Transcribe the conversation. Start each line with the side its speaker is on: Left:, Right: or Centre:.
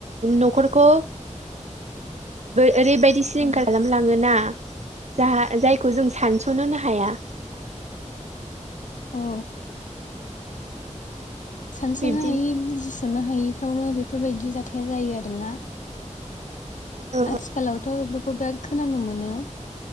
Right: न'खरखौ बो ओरैबायदि सिलिंखार
Left: औ
Right: खालामलाङोना? जाहा जायखौ जों सानस'नोनो हाया।
Left: औ सानस'नो
Right: बिब्दिनो
Left: हायि बुजिस'नो हायैफ्रावनो बेफोरबायदि जाथाया जायो आरोना?
Right: औ
Left: आथिखालावथ' बेफोरखौ बिराद खोनानो मोनो।